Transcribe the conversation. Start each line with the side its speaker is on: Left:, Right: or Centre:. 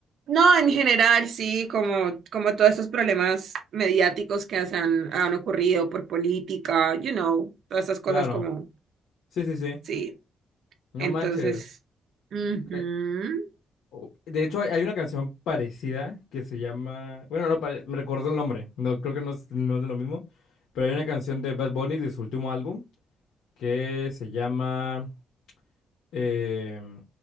Right: No, en general, sí, como, como todos estos problemas mediáticos que se han, han ocurrido por política, you know, todas esas cosas
Left: Claro.
Right: como,
Left: Sí, sí, sí.
Right: sí,
Left: No
Right: entonces,
Left: manches.
Right: ujú.
Left: Que- o- De hecho, hay hay una canción parecida que se llama... Bueno, no, pare- me recuerdo el nombre. No, creo que no es, no es de lo mismo. Pero hay una canción de Bad Bunny de su último álbum que se llama... em,